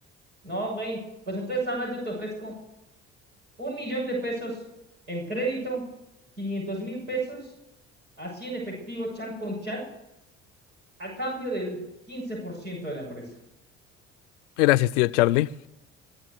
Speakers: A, on the right; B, on the left.
A: No, güey. Pues entonces ahora yo te ofrezco un millón de pesos en crédito, 500 mil pesos, así en efectivo, chan con chan, a cambio del 15% de la empresa.
B: Gracias, tío Charlie.